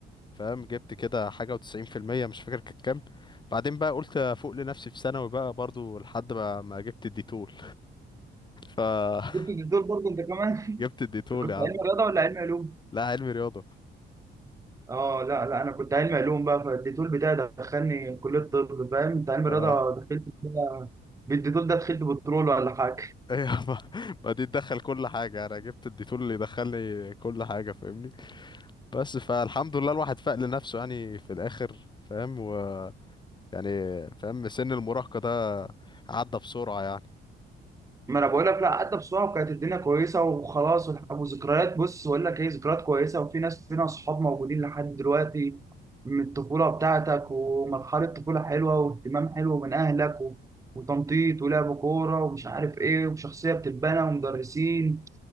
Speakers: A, on the left (about 25°); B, on the right (about 15°).
A: فاهم جبت كده حاجه و90% مش فاكر كانت كام بعدين بقى قلت افوق لنفسي في ثانوي بقى برضو لحد ما ما جبت الديتور فجبت
B: جبت الديتول برضه انت كمان
A: <laughs> الديتول
B: أنت كنت
A: يا عم
B: علم رياضه ولا علم علوم؟
A: لا علمي رياضة
B: اه لا لا انا كنت علم علوم بقى فالديتول بتاعي دخلني كليه طب فاهم انت علم
A: اه
B: رياضه دخلت بالديتول ده دخلت بترول ولا حاجه
A: <laughs> ايه ما, ما دي تدخل كل حاجة انا جبت الديتول اللي يدخلني كل حاجة فاهمني بس فالحمد لله الواحد فاق لنفسه يعني في الاخر فاهم ويعني فاهم سن المراهقة ده عدى بسرعة يعني
B: ما انا بقول لك لا عدى بسرعه وكانت الدنيا كويسه وخلاص والح- وذكريات بص بقول لك ايه ذكريات كويسه وفي ناس فينا اصحاب موجودين لحد دلوقتي من الطفوله بتاعتك ومرحله طفوله حلوه واهتمام حلو من اهلك و... وتنطيط ولعب كوره ومش عارف ايه وشخصيه بتتبنى ومدرسين